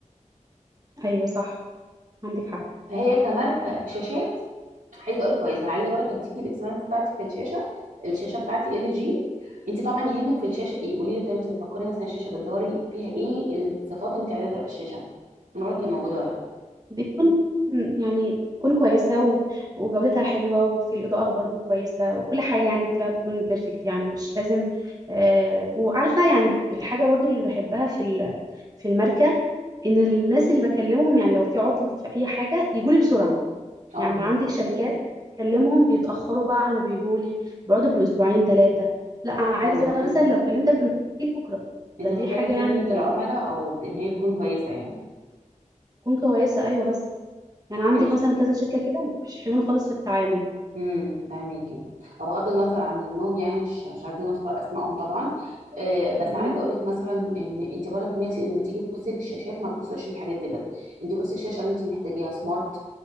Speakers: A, on the right; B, on the right.
A: ايوه صح عندك حق
B: فهي كماركه شاشات عايزه اقول كويس انا عايزه بركه تديكي الاكسبيرينس بتاعتي في الشاشه الشاشه بتاعتي ال جي انت طبعا يهمك في الشاشه ايه قولي لي طيب انت بتفكري مثلا الشاشه بتدوري فيها ايه الصفات اللي انت عايزاها تبقى في الشاشه من رايك هي موجوده ولا لا
A: بتكون يعني تكون كويسة و- وجودتها حلوة وفي الإضاءة برضو كويسة وكل حاجة يعني فيها تكون بيرفكت يعني مش لازم آه وعارفة يعني الحاجة برضو اللي بحبها في ال- في الماركة إن الناس اللي بكلمهم يعني لو في عطل في أي حاجة يجولي بسرعة
B: اه
A: يعني
B: فهمت.
A: عندك شركات بكلمهم بيتأخروا بقى على ما بيجولي بيقعدوا بالأسبوعين ثلاثة لا أنا عايزة
B: اه انت
A: مثلا لو كلمتك النهاردة تجيلي بكرة ده
B: انت
A: دي
B: محتاجه
A: حاجة
B: خدمه
A: يعني أنت
B: العملاء او ان هي تكون كويسه
A: تكون كويسه ايوه بس يعني عندك
B: يعني
A: مثلا كذا شركه كده مش حلوين خالص في التعامل
B: امم فاهميكي هو بغض النظر عن النوم يعني مش مش عايزين نذكر اسمائهم طبعا آه بس
A: امم
B: انا عايزه اقول لك مثلا ان انت برك ما لما تيجي تبصي في الشاشات ما تبصيش للحاجات دي بس انت بصي الشاشه اللي انت محتاجاها سمارت